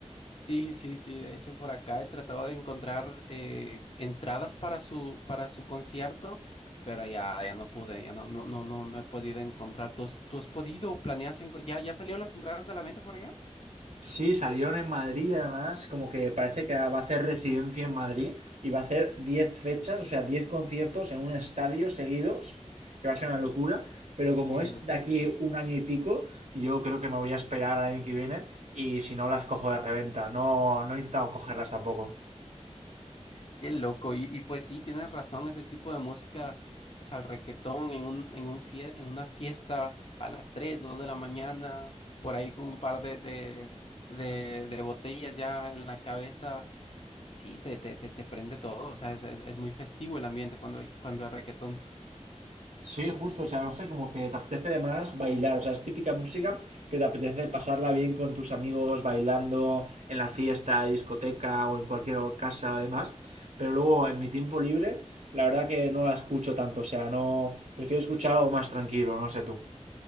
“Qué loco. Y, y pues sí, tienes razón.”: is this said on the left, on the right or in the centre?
Left